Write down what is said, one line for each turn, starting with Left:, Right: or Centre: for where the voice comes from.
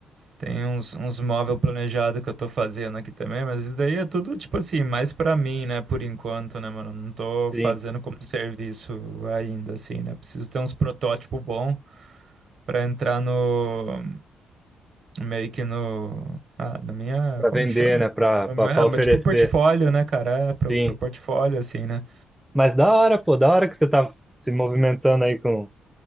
Right: Tem uns, uns móvel planejado que eu tô fazendo aqui também, mas isso daí é tudo, tipo assim, mais pra mim, né, por enquanto, né, mano? Não tô
Centre: Sim.
Right: fazendo como serviço ainda, assim, né? Preciso ter uns protótipos bons pra entrar no, Meio que no. Ah, na minha.
Centre: Pra
Right: Como
Centre: vender,
Right: que chama?
Centre: né? Pra,
Right: No
Centre: pra, pra
Right: É,
Centre: oferecer.
Right: mas tipo portfólio, né, cara? É,
Centre: Sim.
Right: pro, pro portfólio, assim, né?
Centre: Mas da hora, pô, da hora que você tá se movimentando aí com,